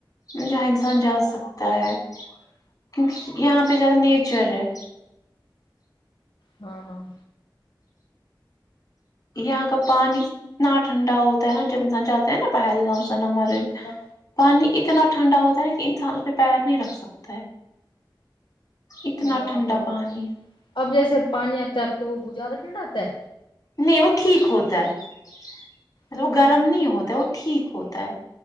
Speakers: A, on the left; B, on the left.
A: جہاں انسان جا سکتا ہے کیونکہ یہاں پہ زیادہ نیچر ہے
B: ہاں ہاں
A: یہاں کا پانی نا ٹھنڈا ہوتا ہے نا جب انسان جاتے ہیں نا پہلگام <unintelligible>
B: ہاں
A: پانی اتنا ٹھنڈا ہوتا ہے نا کہ انسان اسے پیر نہیں رکھ سکتا ہے اتنا
B: پھر
A: ٹھنڈا
B: آپ
A: پانی
B: اب جیسے پانی آتا ہے آپ وہ اب زیادہ ٹھنڈا آتا ہے
A: نہیں وہ ٹھیک ہوتا ہے
B: اچھا
A: وہ گرم نہیں ہوتا ہے وہ ٹھیک ہوتا ہے